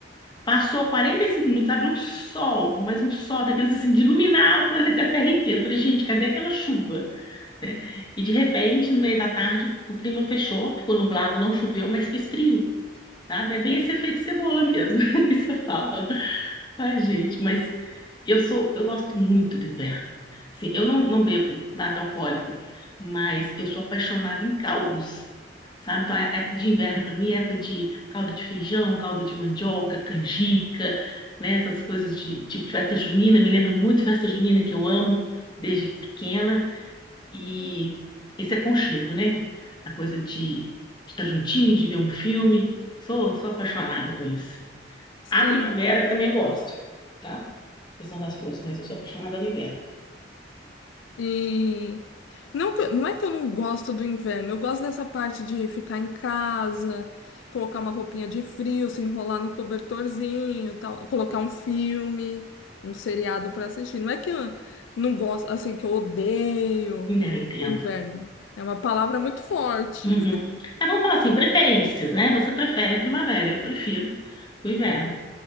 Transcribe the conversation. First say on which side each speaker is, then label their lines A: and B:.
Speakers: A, on the left (about 25°); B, on the left (about 85°).
A: Passou 45 minutos, abriu um sol, mas um sol daqueles assim, de iluminar o planeta Terra inteiro. Eu falei, gente, cadê aquela chuva? né? E de repente, no meio da tarde, o clima fechou, ficou nublado, não choveu, mas fez frio, sabe? É bem esse efeito cebola mesmo, <laughs> que você fala. Ai, gente, mas eu sou, eu gosto muito do inverno. Assim, eu não, não bebo nada alcoólico, mas eu sou apaixonada em caldos, sabe? Então, a época de inverno para mim é época de caldo de feijão, caldo de mandioca, canjica, né? Essas coisas de tipo festa junina, me lembra muito festa junina que eu amo desde pequena e esse aconchego, né? A coisa de, de estar juntinho, de ver um filme. Sou, sou apaixonada por isso.
B: Sim.
A: A primavera também eu gosto, tá? Questão das flores, mas eu sou apaixonada no inverno.
B: E não, que- não é que eu não gosto do inverno, eu gosto dessa parte de ficar em casa, colocar uma roupinha de frio, se enrolar no cobertorzinho, tal, colocar um filme, um seriado para assistir. Não é que eu não gosto, assim, que eu odeio
A: Não, entendo.
B: o inverno. É uma palavra muito forte.
A: Uhum. É bom falar assim, preferências, né? Você prefere a primavera, eu prefiro o inverno.